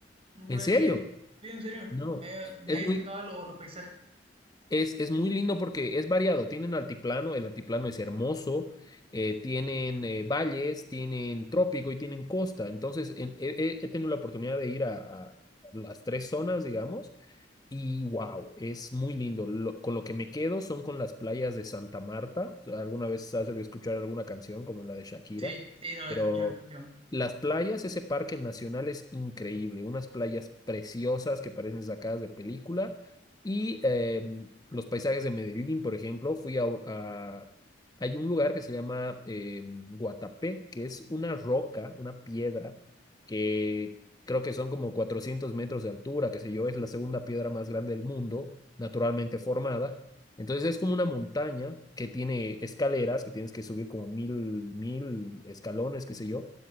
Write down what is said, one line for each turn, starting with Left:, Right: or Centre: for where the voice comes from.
Right: nunca
Left: ¿en
Right: nadie
Left: serio?
Right: me había dicho, sí, en serio,
Left: No,
Right: nadie, nadie
Left: es
Right: destacaba
Left: muy,
Right: lo- los paisajes.
Left: Es, es muy lindo porque es variado. Tienen altiplano, el altiplano es hermoso, eh, tienen eh, valles, tienen trópico y tienen costa. Entonces, en- he, he- he tenido la oportunidad de ir a, a las tres zonas, digamos, y wow, es muy lindo. Lo- con lo que me quedo son con las playas de Santa Marta. Alguna vez has debido escuchar alguna canción como la de Shakira,
Right: Sí, sí, no,
Left: pero
Right: he escuchado, he escuchado.
Left: las playas, ese parque nacional es increíble. Unas playas preciosas que parecen sacadas de película. Y em, los paisajes de Medellín, por ejemplo, fui a, a- hay un lugar que se llama eh, Guatapé, que es una roca, una piedra, que creo que son como 400 metros de altura, qué sé yo, es la segunda piedra más grande del mundo, naturalmente formada. Entonces es como una montaña que tiene escaleras, que tienes que subir como mil, mil escalones, qué sé yo,